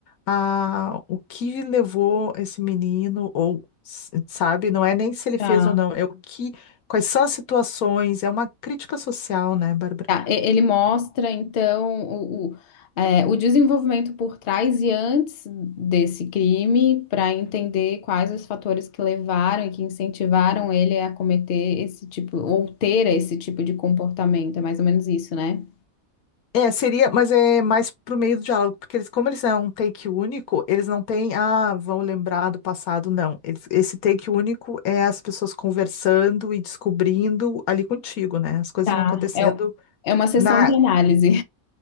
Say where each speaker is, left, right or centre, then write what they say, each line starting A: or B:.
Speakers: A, on the left; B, on the left.
A: a o que levou esse menino, ou, s- sabe, não é nem se ele
B: Tá.
A: fez ou não, é o que. Quais são as situações, é uma crítica social, né, Bárbara?
B: Tá, e- Ele mostra, então, o, o, é, o desenvolvimento por trás e antes desse crime, para entender quais os fatores que levaram e que incentivaram ele a cometer esse tipo, ou ter esse tipo de comportamento. É mais ou menos isso, né?
A: É, seria, mas é mais pro meio do diálogo, porque eles, como eles é um take único, eles não têm, ah, vão lembrar do passado, não. Eles- esse take único é as pessoas conversando e descobrindo ali contigo, né? As coisas
B: Tá.
A: vão acontecendo
B: É, é uma sessão
A: na,
B: de análise.